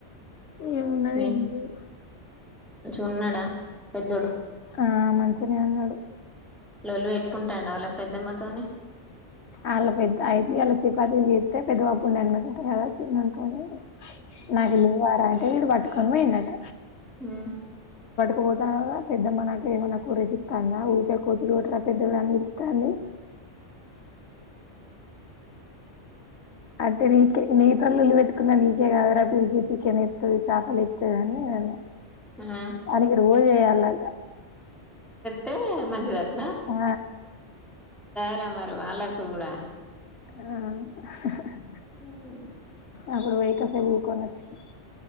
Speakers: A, on the left; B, in the centre.
A: ఏమున్నది
B: మీ
A: ఏం లేదు
B: మంచిగున్నాడా పెద్దోడు
A: ఆ మంచినే ఉన్నాడు
B: లొళ్ళి పెట్టుకుంటాండ వాళ్ళ పెద్దమ్మతోని
A: అలా పెద్ద అయితే అలా చికాకులు చేతే పెద్దబాపు ఉండి అన్నాడట కదా చిన్నోనితోని నాకులేవ్వరా
B: ఉమ్
A: అంటే వీడు పట్టుకొని పోఇండట
B: మ్
A: పోతానవ్ గా పెద్దమ్మనకేమన్నా కూరేసితందా ఊకే కోతులు కొట్టు రా పెద్దడా అనిపీలుస్తాది ఇగ నీకే నీ తోని లొల్లి పెట్టుకున్నా నీకే కాదర పిల్చీ చికెన్ ఎత్తది చేపలేత్తది అన్నీ నినన్న
B: ఆ
A: వానికి రోజెయలట
B: తె మంచి దట్
A: ఆ
B: ద మరి వాళ్ళకు కూడా
A: ఆ
B: మ్
A: అప్పుడు వైకాసేప్ కుకోకోచ్చిన